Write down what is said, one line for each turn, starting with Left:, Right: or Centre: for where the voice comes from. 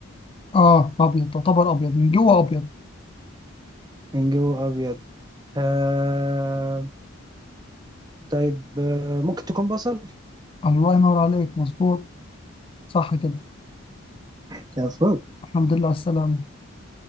Left: اه ابيض تعتبر ابيض من جوه ابيض
Right: من جوه ابيض آه، طيب آه، ممكن تكون بصل
Left: الله ينور عليك مظبوط صح كده
Right: كفو
Left: الحمد لله على السلامه